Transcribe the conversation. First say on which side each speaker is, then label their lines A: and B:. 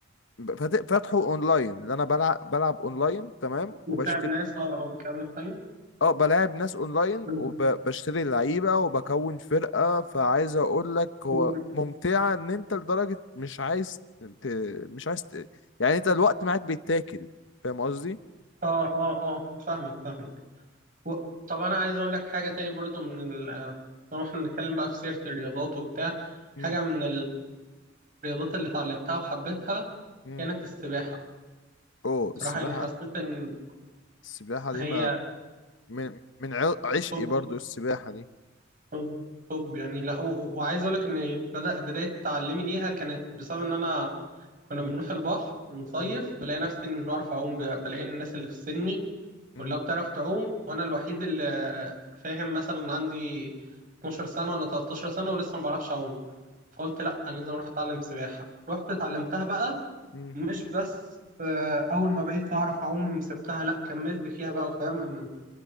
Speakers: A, on the left; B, on the right.
A: فات- فاتحه اونلاين اللي انا بلعب بلعب اونلاين تمام
B: بتلعب
A: وبشتري
B: ناس اه اه بتلعب ناس تانية
A: اه بلاعب ناس اونلاين
B: مم.
A: وبشتري لعيبه وبكون فرقه فعايز اقول لك هو
B: مم.
A: ممتعه ان انت لدرجه مش عايز ت... مش عايز ت... يعني انت الوقت معاك بيتاكل فاهم قصدي؟
B: اه اه اه فاهمك فاهمك و... طب انا عايز اقول لك حاجه تاني برضو من ال طالما احنا بنتكلم بقى في سيره الرياضات وبتاع حاجه
A: مم.
B: من الرياضات اللي اتعلمتها وحبيتها
A: مم.
B: كانت السباحه
A: اوه
B: صراحه
A: السباحه
B: يعني حسيت ان
A: السباحه دي
B: هي
A: ما من من عشقي
B: مم.
A: برضو السباحه دي
B: طب طب يعني لا و- و- وعايز اقول لك ان بدأ بداية تعلمي ليها كانت بسبب ان انا كنا
A: مم.
B: بنروح البحر نصيف
A: مم.
B: بلاقي نفسي إني مش بعرف اعوم ب- بلاقي الناس اللي في سني كلها
A: مم.
B: بتعرف تعوم وانا الوحيد اللي فاهم مثلا عندي 12 سنة ولا 13 سنة ولسه ما بعرفش اعوم فقلت لا انا لازم اروح اتعلم سباحة رحت اتعلمتها بقى
A: مم.
B: مش بس آه، اول ما بقيت اعرف اعوم سبتها لا كملت فيها بقى وفاهم